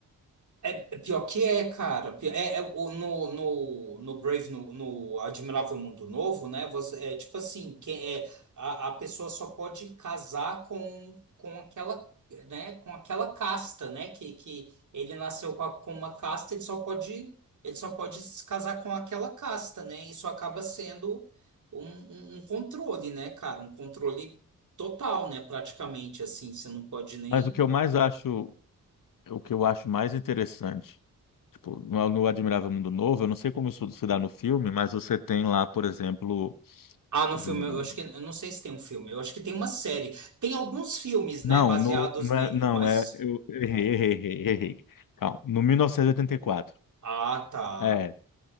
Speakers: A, on the right; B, on the left.
A: É, é pior que é, cara. Pi- É, é o- no, no, no Brave, no, no Admirável Mundo Novo, né? Você, é tipo assim, que é, a, a pessoa só pode casar com, com aquela, né? Com aquela casta, né? Que, que ele nasceu com, a- com uma casta, ele só pode, ele só pode se casar com aquela casta, né? Isso acaba sendo um, um, um controle, né, cara? Um controle total, né? Praticamente assim, você não pode nem
B: Mas o que eu mais acho, o que eu acho mais interessante, tipo, no, no Admirável Mundo Novo, eu não sei como isso se dá no filme, mas você tem lá, por exemplo,
A: Ah, no
B: o
A: filme, eu acho que, eu não sei se tem um filme, eu acho que tem uma série. Tem alguns filmes, né,
B: Não,
A: baseados
B: no, não
A: nele,
B: é, não,
A: mas.
B: é, eu errei, errei, errei, errei. Calma, no 1984.
A: Ah, tá.
B: É,